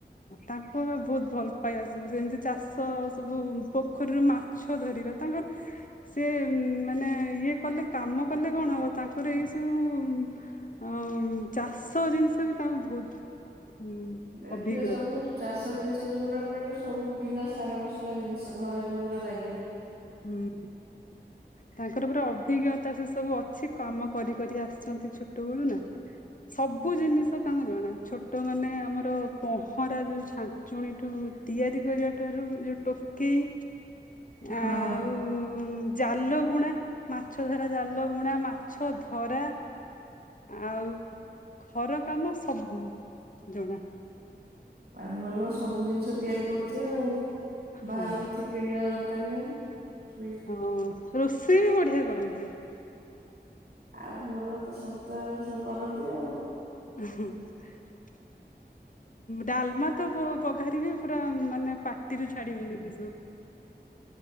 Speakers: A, on the left (about 50°); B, on the right (about 65°).
A: ତାଙ୍କ ବହୁତ ଭଲପାଇବା ସବୁ ସେମତି ଚାଷ ସବୁ ପୋଖରୀରେ ମାଛ।। ମାଛ ଧରିବା ତାଙ୍କର।। ସେ ମାନେ ଇଏ କଲେ କାମ କଲେ କ'ଣ ହବ? ତାଙ୍କର ଏଇ ସବୁ।। ଆ ଚାଷ ଜିନିଷ ବି ତାଙ୍କୁ ବହୁତ
B: ଏଥିରେ
A: ଅଭିଜ୍ଞତା।
B: ସବୁ ଚାଷ ଜିନିଷ ଯୋଉଗୁଡା ପାଇଲେ ସବୁ ବିନା ସାର ମସଲା ଜିନିଷ ଘରେ ଯୋଉଗୁଡା ଲାଗିଲା।।
A: ହୁଁ ତାଙ୍କର ଗୋଟେ ଅଭିଜ୍ଞତା।। ତା ସେ ସବୁ ଅଛି କାମ କରି କରି ଆସିଛନ୍ତି। ଛୋଟ ବେଳୁ ନା ସବୁ ଜିନିଷ ତାଙ୍କ।। ଜଣା ଛୋଟମାନେ ଆମର ପହଁରା ଯୋଉ ଛାଞ୍ଚୁଣୀ ତିଆରି କରିବା ଠାରୁ ଯୋଉ।। ଟୋକେଇ।।
B: ହଁ
A: ଆଉ ଜାଲ ବୁଣା ମାଛ ଧରା ଜାଲ ବୁଣା। ମାଛ ଧରା।। ଆଉ ଘର କାମ ସବୁ ଜଣା।
B: ଭଲ ସବୁ ଜିନିଷ ତିଆରି କରୁଥିବେ। ଆଉ
A: ହଁ
B: ବାହାରୁ କିଛି।। କିଣିବା ଦରକାର ନାହିଁ।।
A: ହଁ ରୋଷେଇ ବି ବଢିଆ କରନ୍ତି।।
B: ଆଉ ଭଲ ତ ସବୁ ତ କରନ୍ତି ଆଉ।
A: <inaudible> ଡାଲମା ତ ଯୋଉ ବାଘାରିବ ପୁରା ମାନେ ପାଟିରୁ ଛାଡିବନି ସେସବୁ।